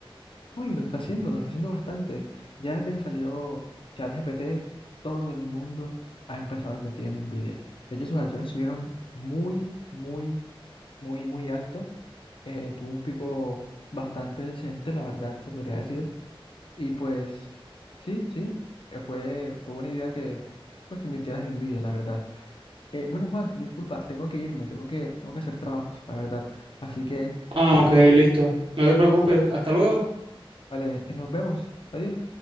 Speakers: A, on the left; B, on the right.
A: no y lo está haciendo, lo está haciendo bastante. Ya desde que salió ChatGPT, todo el mundo ha empezado a invertir en Nvidia. De hecho, sus acciones subieron muy, muy, muy, muy alto. Eh, tuvo un pico bastante decente, la verdad, se podría decir Y pues, sí, sí, eh, fue, fue buena idea que, pues, que invirtieras en Nvidia, la verdad. Eh, bueno, Juan, disculpa, tengo que irme, tengo que, tengo que hacer trabajos, la verdad. Así que,
B: Ah, ok, listo. No te preocupes. Hasta luego.
A: vale, eh, nos vemos. Adiós.